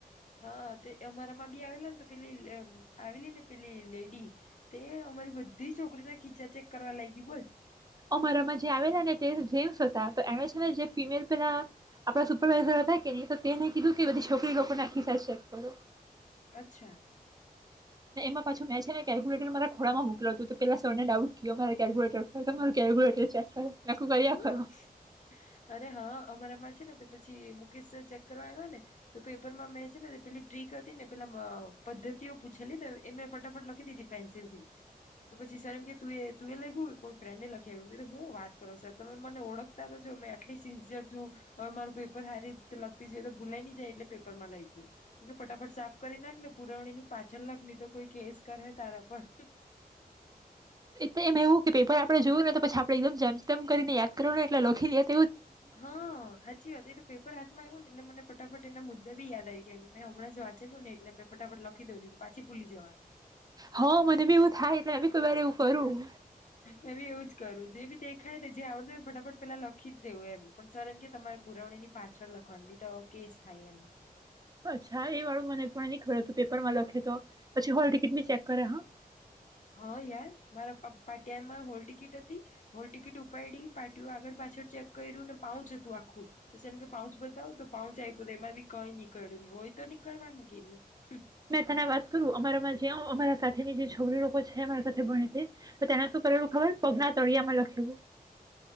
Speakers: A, on the left; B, on the right.
A: હા, તે અમારા માં બી આવેલા ને તો પેલી આવેલી ને પેલી લેડી તે અમારી બધી તી છોકરી ના ખીચા ચેક કરવા લાગી બોલ
B: અમારામાં જે આવેલા ને તે જેન્ટ્સ હતા તો એણે છેને જે ફિમેલ પેલા આપડા સુપરવાઈઝર હતા કે ની તો તેને કીધું કે બધી છોકરી લોકોને આખી ચેક કરું
A: અચ્છા
B: ને એમાં પાછું મે છે ને કેલ્ક્યુલેટર મારા ખોડામાં મોકલુ હતું તો પેલા સર ને ડાઉટ ગયો મારા કેલ્ક્યુટર પર તો મારુ કેલ્ક્યુલેટર ચેક કરો મેં કીધું કર્યા
A: હ,
B: ખરું
A: અરે હા, અમારામાં ને તો પછી મુકેશ ચેક કરવા આવ્યા ને તો પેપરમાં મેં છે ને પેલી ટ્રીક હતી ને પેલા પદ્ધતિઓ પૂછેલી એ મેં ફટાફટ લખી દીધી પેન્સિલ થી તો પછી સર એમ કે તું એ લખ્યું કોઈ ફ્રેન્ડને લખીયુ મ હું વાત કરો સર તમે મને ઓળખતા તો છો મે આટલી સિન્સિયર છું હવે મારું પેપર હારીતે લગતી જઈ તો ભૂલાઈ ની જાય એટલે પેપર માં લખ્યું, ફટાફટ સાફ કરી નાખ ને પુરવણી ની પાછળ લખ ની તો કોઈ કેસ કરે તારા પર
B: લે એમ એવું કે પેપર આપણે જોયું ને તો પછી આપણે એકદમ જેમતેમ કરીને યાદ કરું ને એટલે લખીને યા
A: હા, હાચી વાત એ તો પેપર હાથમાં આવું ને એટ મને ફટાફટ એના મુદ્દા બી યાદ આઈ ગયા કે મે હણાંજ વાંચેલું ને એટલે મે ફાફટ લખી દઉ પાછી ભૂલી જવાય
B: હ, મને બી એવું થાય હ, કોઈ વાર એવું કરું
A: મેં બી એવું જ કરું જે બી દેખાય ને જે આવડત હો ફટાફટ પેલા લખી જ દેવું, એમ પણ સર એમ કે તમારી પુરાવણી ની પાછળ લખવાની તો કેસ થાય એમ
B: અચ્છા એ વાળું મને પણ ની ખબર હતું પેપર માં લખે તો પછી હોલ ટિકિટ બી ચેક કરે હ
A: હા, યાર મારા પાટિયામાં હોલ ટિકિટ હતી, હોલ ટિકિટ ઉપાડી પાટીઓ આગળ પાછળ ચેક કર્યું ને પાઉંચ હતું આ સર કે પાઉચ બતાવું તો પાઉચ આપ્યું તો એમાં બી કઈ નીકળ્યું નહી હોય તો નીકળવાનું કે ની હ
B: મેં તને વાત કરું અમારામાં જે અમારા સાથેની જે છોકરી લોકો છે અમારા સાથે ભણે તે તેને શું કરેલું ખબર પગના તળિયામાં લખેલું